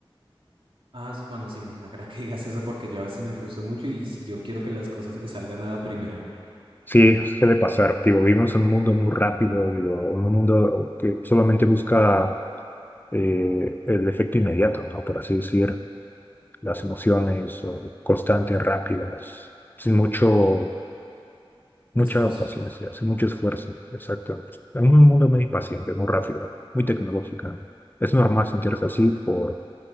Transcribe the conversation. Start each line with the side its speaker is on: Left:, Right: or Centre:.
Right: Ah, s- bueno, sí, me, me agrada que digas eso porque yo a veces me frustro mucho y si yo quiero que las cosas me salgan a la primera.
Left: Sí, suele pasar. Digo, vivimos en un mundo muy rápido, digo, en un mundo que solamente busca eh, el efecto inmediato, ¿no? Por así decir. las emociones o constantes, rápidas, sin mucho, mucha
Right: Esfuerzo.
Left: paciencia, sin mucho esfuerzo. Exacto. En un mundo muy paciente, muy rápido, muy tecnológico. Es normal sentirse así por